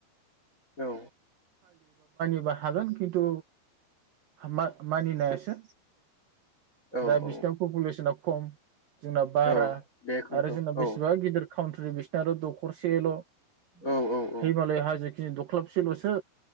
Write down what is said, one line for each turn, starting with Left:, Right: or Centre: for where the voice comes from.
Left: औ
Right: बा हागोन खिन्थु मा-मानिनायासो।
Left: औ
Right: दा बिसदा
Left: औ
Right: पपुलेसना खम। जोंना बारा
Left: औ बेखौनोथ'
Right: आरो जोंना बेसेबा
Left: औ
Right: गिदिर। काउन्ट्रि बिसना आरो दखरसेल'
Left: औ औ औ
Right: हि मालाय हाजो दख्लाबसे लसो।